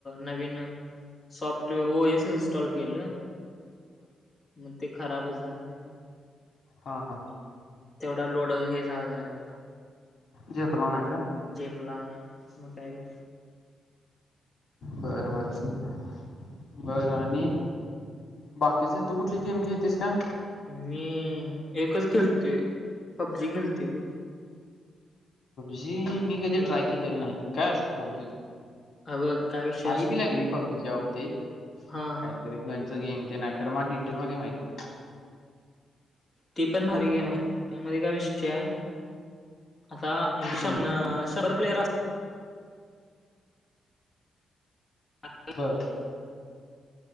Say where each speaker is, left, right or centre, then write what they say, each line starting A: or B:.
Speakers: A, on the left; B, on the left.
A: नवीन सॉफ्ट ओएस इनस्टॉल केलं मंग ते खरांबचं झालंय
B: हां हां
A: तेवढां लोड हे झालं नाहीं त्यांला.
B: जे प्लान हांय कायं?
A: झेल्पान हांय नाहीं मंग कायं बी
B: बरं बरं बरं आणि बाकीचं तूं कुंठली गेम खेऴतीस कां
A: मी एकचं खेलतोय पबजी खेलते बघं
B: जीम मी कधीं
A: ह
B: ट्राय केलेलं नाहीं कायं असतंय जीम-
A: हा बघ काय विषय
B: ऐकलं मी पबजीच्यां बाबतींत
A: हां
B: तरी गंन चं गेम तेन हायं मलां डिटेलमध्यें माहित नाहीं
A: ती पणं भारी गेम आहे त्यांमध्ये कायं विषय आहे आंता म्हणजे श
B: हम्म
A: म शंभर प्लेअर असतांत हा <unintelligible>
B: बरं